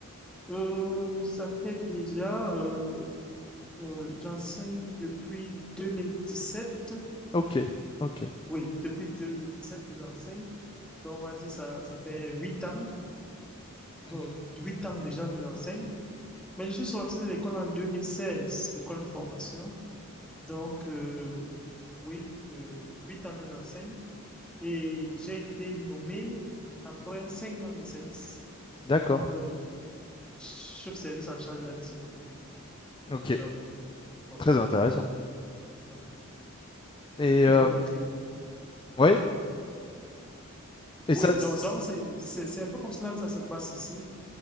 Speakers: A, in the centre; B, on the left.
A: Euh, ça fait déjà, euh, euh, j'enseigne depuis sept.
B: Ok, ok.
A: Oui, depuis 2017 que j'enseigne. Donc, on va dire ça, ça fait huit ans.
B: Mhm.
A: Bon, huit ans déjà que j'enseigne. Mais je suis sorti de l'école en 2016, l'école de formation. Donc, euh, oui, euh, huit ans que j'enseigne. Et j'ai été nommé après cinq ans de service
B: D'accord.
A: comme euh, chef-service en charge de la discipline.
B: Ok,
A: Donc, euh, oui,
B: très intéressant.
A: oui.
B: Et euh,
A: Donc, euh,
B: ouais, et
A: oui,
B: ça,
A: donc,
B: c-
A: donc c'est, c'est, c'est un peu comme cela que ça se passe ici.